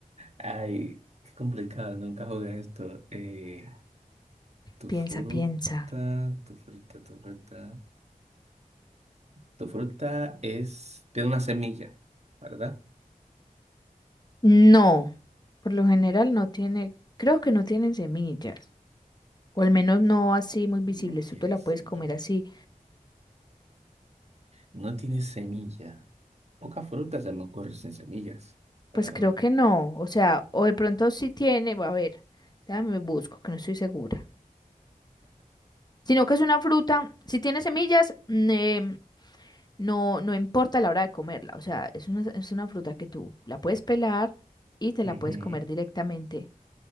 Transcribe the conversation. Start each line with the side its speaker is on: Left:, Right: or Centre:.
Right: Ay, qué complicado, nunca jugué esto. Eh, tu
Left: Piensa,
Right: fruta,
Left: piensa.
Right: tu fruta, tu fruta. Tu fruta es, tiene una semilla, ¿verdad?
Left: No, por lo general no tiene, creo que no tienen semillas, o al menos no así muy visibles,
Right: No tiene
Left: tú te la
Right: semilla.
Left: puedes comer así.
Right: No tiene semilla. Poca fruta se me ocurre sin semillas, la
Left: Pues
Right: verdad.
Left: creo que no, o sea, o de pronto sí tiene, va a ver, déjame busco, que no estoy segura. Sino que es una fruta, si tiene semillas, mm, em, No, no importa la hora de comerla, o sea, es una, es una fruta que tú la puedes pelar y te la
Right: Ujú.
Left: puedes comer directamente,